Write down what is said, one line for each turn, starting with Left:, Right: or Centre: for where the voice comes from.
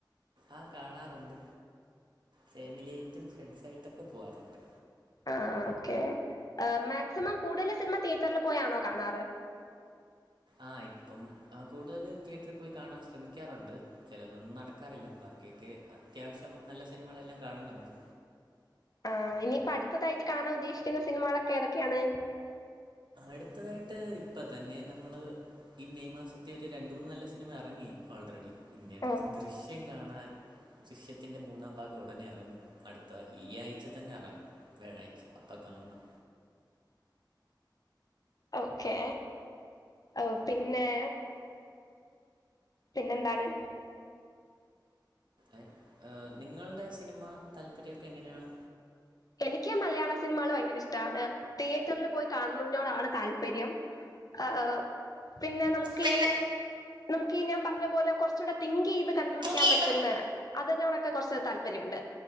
Right: ആഹ് കാണാറുണ്ട്. ഫാമിലിയായിട്ടും ഫ്രണ്ട്സായിട്ടൊക്കെ പോകാറുണ്ട്.
Left: ആഹ് ഓക്കേ. ആഹ് മാക്സിമം കൂടുതലു സിനിമ തിയേറ്ററിൽ പോയാണോ കാണാറ്.
Right: ആഹ് ഇപ്പം ആഹ് കൂടുതലും തിയേറ്ററിൽ പോയി കാണാൻ ശ്രമിക്കാറുണ്ട്. ചെലതൊന്നും നടക്കാറില്ല ബാക്ക്യാെക്കെ അത്യാവശ്യം നല്ല സിനിമകളെല്ലാം കാണുന്നുണ്ട്.
Left: ആഹ് ഇനിയിപ്പൊ അടുത്തതായിട്ട് കാണാൻ ഉദ്ദേശിക്കുന്ന സിനിമകളൊക്കെ ഏതൊക്കെയാണ്.
Right: അടുത്തതായിട്ട് ഇപ്പ തന്നെ നമ്മള്. ഈഹ് മെയ് മാസത്ത് ഒരു രണ്ടു മൂന്ന് നല്ല സിനിമ എറങ്ങി ഓൾറെഡി. പിന്നെ അടുത്ത്
Left: ആഹ്
Right: ദൃശ്യം കാണാൻ. ദൃശ്യത്തിന്റെ മൂന്നാം ഭാഗം ഉടനെ എറങ്ങും. അടുത്ത ഈ ആഴ്ച തന്നെ എറങ്ങും. വ്യാഴാഴ്ച്ച അപ്പ കാണണം.
Left: ഓക്കെ ഔ പിന്നെ പിന്നെന്താണ്.
Right: ഏഹ് ഏഹ് നിങ്ങളുടെ സിനിമ താല്പര്യം ഒക്കെ എങ്ങനേണ്.
Left: എനിക്ക് മലയാളം സിനിമകൾ ഭയങ്കര ഇഷ്ടാണ്, തീയേറ്ററിൽ പോയി കാണുന്നതിനോടാണ് താല്പര്യം. ആഹ് ആഹ് പിന്നെ നമുക്ക്
Right: പിന്നെ
Left: ഈ. നമുക്ക് ഈ ഞാൻ പറഞ്ഞുപോലെ കുറച്ചും കൂടി തിങ്ക് ചെയ്ത് കണ്ടു പിടിക്കാൻ
Right: സംഗീത
Left: പറ്റുന്നു. അതിനോടൊക്കെ കൊറച്ച് താല്പര്യം ഉണ്ട്,